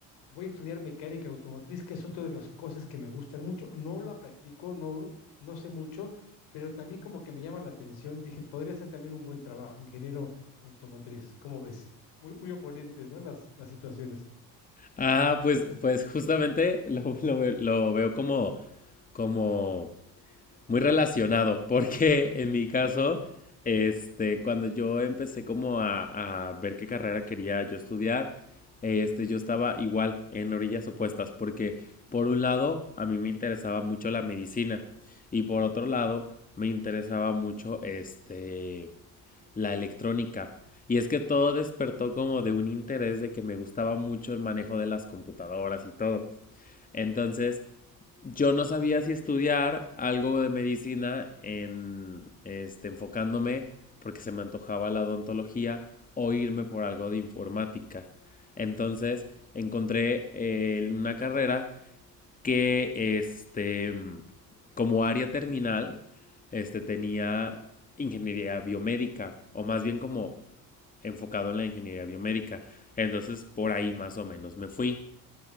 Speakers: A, on the left; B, on the left.
A: voy a estudiar mecánica automotriz, que es otra de las cosas que me gustan mucho. No la practico, no, no sé mucho, pero también como que me llama la atención. Dije, podría ser también un buen trabajo, ingeniero automotriz. ¿Cómo ves? Muy, muy oponentes, ¿no? Las, las situaciones.
B: Ah, pues, pues justamente lo, lo ve- lo veo como, como muy relacionado, <laughs> porque en mi caso, este, cuando yo empecé como a, a ver qué carrera quería yo estudiar, este, yo estaba igual en orillas opuestas, porque por un lado a mí me interesaba mucho la medicina y por otro lado me interesaba mucho este, la electrónica. Y es que todo despertó como de un interés de que me gustaba mucho el manejo de las computadoras y todo. Entonces, yo no sabía si estudiar algo de medicina en, este, enfocándome porque se me antojaba la odontología o irme por algo de informática. Entonces encontré eh, una carrera que, este, mm, como área terminal, este, tenía ingeniería biomédica o más bien como enfocado en la ingeniería biomédica. Entonces por ahí más o menos me fui.